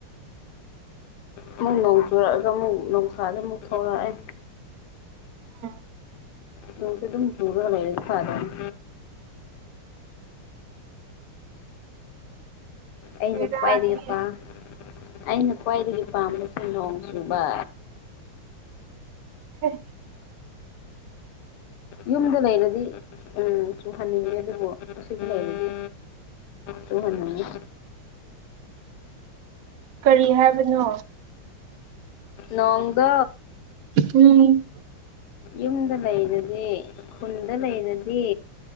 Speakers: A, on the left (about 85°); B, on the right (about 55°).
A: ꯑꯃꯨꯛ ꯅꯣꯡ ꯆꯨꯔꯛꯑꯒ ꯑꯃꯨꯛ ꯅꯨꯡꯁꯥꯗ ꯑꯃꯨꯛ ꯊꯧꯔꯛꯑꯦ
B: ꯑꯝ
A: ꯅꯣꯡꯁꯨ ꯑꯗꯨꯝ ꯆꯨꯔꯒ ꯂꯩꯔꯗꯤ ꯐꯗꯧꯅꯤ ꯑꯩꯅ
B: ꯕꯦꯔꯥꯅꯤ
A: ꯈ꯭ꯋꯥꯏꯗꯒꯤ ꯄꯥꯝ ꯑꯩꯅ ꯈ꯭ꯋꯥꯏꯗꯒꯤ ꯄꯥꯝꯕꯁꯦ ꯅꯣꯡ ꯆꯨꯕ
B: ꯎꯝ
A: ꯌꯨꯝꯗ ꯂꯩꯔꯗꯤ ꯎꯝ ꯆꯨꯍꯟꯅꯤꯡꯉꯦ ꯑꯗꯨꯕꯨ ꯑꯁꯤꯗ ꯂꯩꯔꯗꯤ ꯆꯨꯍꯟꯅꯤꯡꯏ
B: ꯀꯔꯤ ꯍꯥꯏꯕꯅꯣ
A: ꯅꯣꯡꯗꯣ
B: ꯎꯝ
A: ꯌꯨꯝꯗ ꯂꯩꯔꯗꯤ ꯈꯨꯟꯗ ꯂꯩꯔꯗꯤ